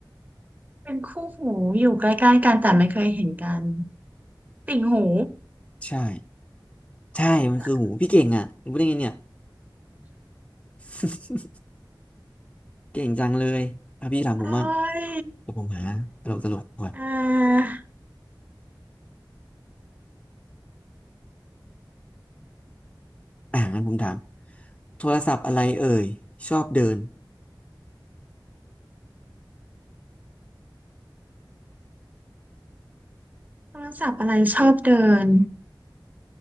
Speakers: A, on the right (about 20°); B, on the left (about 15°).
A: เป็นคู่หูอยู่ใกล้ๆกันแต่ไม่เคยเห็นกันติ่งหู
B: ใช่ ใช่มันคือหูพี่เก่งอ่ะรู้ได้ไงเนี่ย
A: จริงปะล่ะ
B: <laughs> เก่งจังเลยอ่ะพี่ถามผมมั่ง
A: โอ้ย
B: เดี๋ยวผมหาตลกตลกก่อน
A: เอ่า
B: อ่างั้นผมถามโทรศัพท์อะไรเอ่ยชอบเดิน
A: โทรศัพท์อะไรชอบเดิน